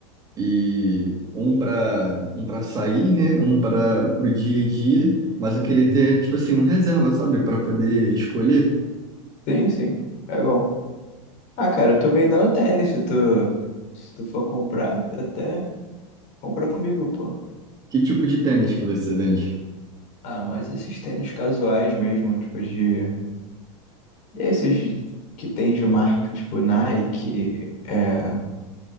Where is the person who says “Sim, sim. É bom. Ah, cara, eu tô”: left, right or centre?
Left